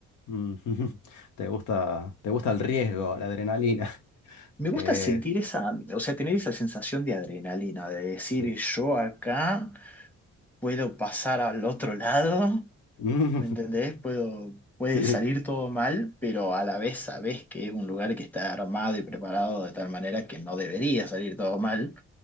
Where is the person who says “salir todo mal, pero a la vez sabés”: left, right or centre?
Centre